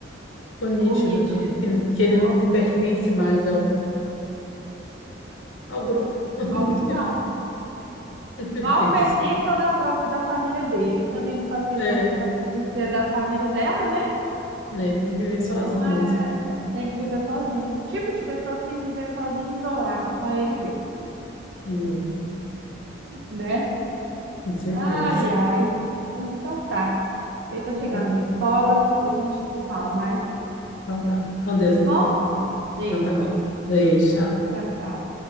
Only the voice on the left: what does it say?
Ficou nítido
que que
ele não pertence mais ao, ao grupo. <laughs>
Não pertence.
É,
é,
tem que viver
sozinho
mesmo.
né?
com certeza.
Então,
tá.
Então tá. Com Deus,
então.
Então tá bom. Beijo, tchau.